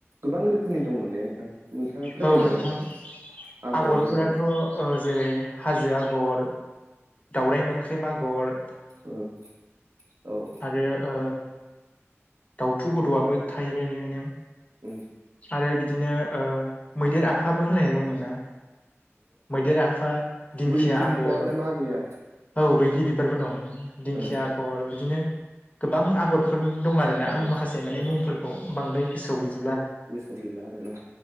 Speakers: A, on the right; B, on the left.
A: गोबां रोखोमनि दंमोन ने नोंथां नोंथाङा फोरमायनो
B: औ नोंथां
A: हागोन नामा आगरनि
B: आगरफोराथ'
A: बागै
B: ओ जेरै हाजो आगर दावरायाइ मोख्रेब आगर
A: उम औ
B: बे ओ दाउथु गद'आबो थाहैबाय बेहायनो
A: उम
B: आरो बिदिनो ओ मैदेर आफाबो होनलायनाय दंमोन ना मैदेर आफा दिंखिया
A: बैग्रि
B: आगर
A: बिबार ना मा गैया?
B: औ बायदि बिबारबो दं दिंखिया
A: ओ
B: आगर बिदिनो गोबां आगर बेफोर दं आरोना आं
A: ओ
B: माखासे माने
A: ओ
B: मुंफोरखौ बांद्राय गोसोआव गैजा
A: गोसोआव गैला आरोना